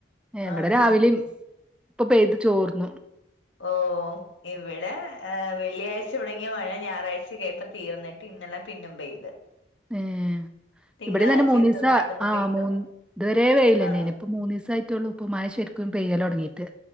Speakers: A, in the centre; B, on the left.
A: ഏ ഇവടെ
B: ആഹ്
A: രാവിലിം പ്പൊ പെയ്ത് ചോർന്നു.
B: ഓ ഇവിടെ ഏഹ് വെള്ളിയാഴ്ച തുടങ്ങിയ മഴ ഞായറാഴ്ചകെ ആയപ്പം തീർന്നിട്ട് ഇന്നലെ പിന്നും പെയ്ത്.
A: ഏഹ്
B: തിങ്കളാഴ്ചയും
A: ഇവടെ തന്നെ മൂന്നീസ
B: ചെറുതായിട്ടൊന്ന്
A: ആ
B: പെയ്തു
A: മൂന്ന് ഇതുവരെ വെയിലെന്നെയ്ന്
B: ആഹ്
A: ഇപ്പൊ മൂന്നീസായിട്ടൊള്ളു ഇപ്പോ മഴ ശരിക്കും പെയ്യൽ തുടങ്ങിയിട്ട്